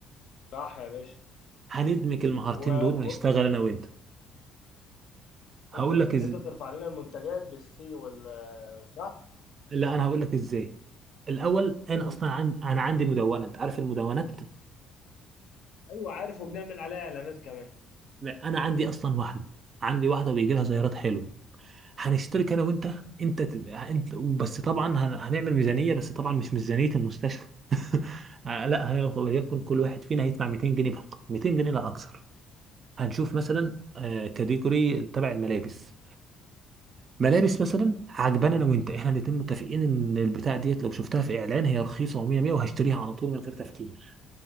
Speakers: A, on the left; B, on the right.
A: صح يا باشا
B: هندمج المهارتين
A: و...
B: دول ونشتغل
A: و...
B: انا وانت هقول
A: انت ت...
B: لك از...
A: انت ترفع لنا المنتجات بالسي وال صح
B: لا انا هقول لك ازاي الاول
A: قول
B: انا اصلا عند... انا عندي مدونة انت عارف المدونات
A: ايوه عارف وبنعمل عليها اعلانات كمان
B: انا عندي اصلا واحدة عندي واحدة بيجي لها زيارات حلوة هنشترك انا وانت انت ت- انت بس طبعا هن- هنعمل ميزانيه بس طبعا مش ميزانيه المستشفى <laughs> آه، لا هي- وليكن كل واحد فينا هيدفع 200 جنيه فقط 200 جنيه لا اكثر هنشوف مثلا آه، كاتيجوري تبع الملابس ملابس مثلا عجبانا انا وانت احنا الاتنين متفقين ان البتاع ديت لو شفتها في اعلان هي رخيصه و100 100 وهشتريها على طول من غير تفكير